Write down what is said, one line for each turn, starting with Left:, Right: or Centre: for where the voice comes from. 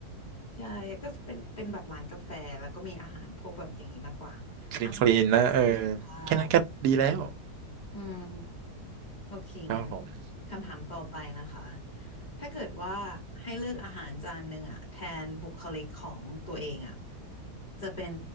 Left: ใช่ก็เป็นเป็นแบบร้านกาแฟแล้วก็มีอาหารพวกแบบอย่างนี้มากกว่า
Right: คลีนคลีนนะเออ
Left: อาหารเขาเพื่อสุขภาพ
Right: แค่นั้นก็ดีแล้ว
Left: อืมโอเคงั้น
Right: ครับผม
Left: คำถามต่อไปนะคะถ้าเกิดว่าให้เลือกอาหารจานหนึ่งอะแทนบุคลิกของตัวเองอะจะเป็น